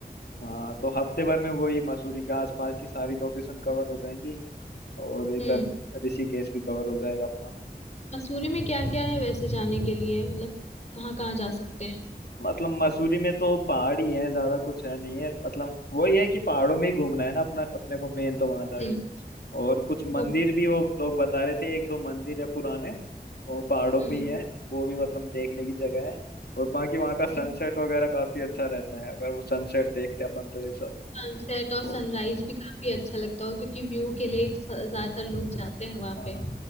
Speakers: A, on the left; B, on the left.
A: हाँ तो हफ्ते भर में वही मसूरी के आसपास की सारी लोकेशन कवर हो जाएंगी और इधर
B: हम्म
A: ऋषिकेश भी कवर हो जाएगा अपना
B: मसूरी में क्या क्या है वैसे जाने के लिए मतलब कहाँ कहाँ जा सकते हैं
A: मतलब मसूरी में तो पहाड़ ही है ज्यादा कुछ है नहीं है मतलब वही है कि पहाड़ों में ही घूमना है ना अपना अपने को मेन तो वहां जाके
B: हम्म
A: और कुछ मंदिर
B: वो बात
A: भी
B: है।
A: वो लोग बता रहे थे एक दो मंदिर है पुराने वो पहाड़ों
B: हम्म
A: पे ही है वो भी मतलब देखने की जगह है और बाकी वहाँ का सनसेट
B: हम्म।
A: वगैरह काफी अच्छा रहता है अगर वो सनसेट देखते हैं अपन तो ये सब
B: सनसेट
A: तो
B: और सनराइज भी काफी अच्छा लगता हो क्योंकि व्यू के लिए ही तो ज्यादातर लोग जाते हैं वहां
A: हाँ
B: पे